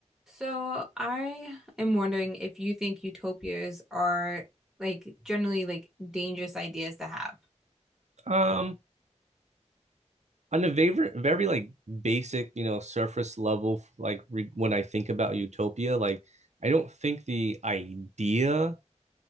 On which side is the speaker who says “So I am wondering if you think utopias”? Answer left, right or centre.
Centre